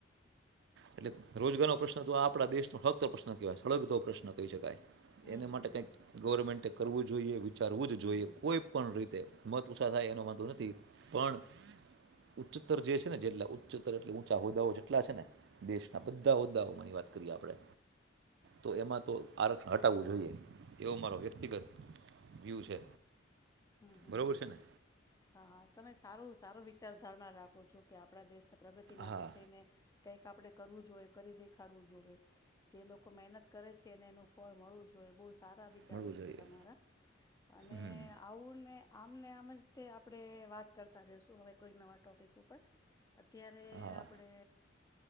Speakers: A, on the right; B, on the left.
A: એટલે રોજગાર નો પ્રશ્ન તો આપડા દેશ નો ફળગતો પ્રશ્ન કેવાય ફળગતો પ્રશ્ન ન કહી શકાય
B: હમ
A: એને માટે કઈક ગવર્મેન્ટે કરવું જોઈએ ચારવું જ
B: હમ હમ
A: જોઈએ
B: હમ હમ
A: કોઈ પણ રીતે મત ઓછા થાય એનો વાંધો નથી પણ ઉચ્ચતર જે છે ને જેટલા પચોતર એટલે ઊંચા હોદાઓ જેટલા છેને દેશ આ બધા હોદ્દાઓ માની વાત કરીએ આપણે તો એમાં તો આરક્ષણ હટાવવું જોઈએ એવો મારો વ્યક્તિગત વ્યુ છે
B: હમ હમ
A: બરોબર છે ને
B: હા તમે સારું-સારું વિચારધારણા રાખું છું કે આપણા દેશ પ્રગતિ માટે
A: હા
B: થઈને કઈક આપડે કરવું જોઈએ કરી દેખાડવું જોઈએ જે લોકો મહેનત કરે છે ને એનું ફળ મળવું જોઈએ બોસ સારા વિચારો
A: મળવું જોઈએ
B: છે તમારા. અને
A: હમ
B: ને આમને આમજ તે આપણે વાત કરતા રહશું હવે કોઈ નવા ટોપિક ઉપર ત્યારે
A: હા
B: આપડે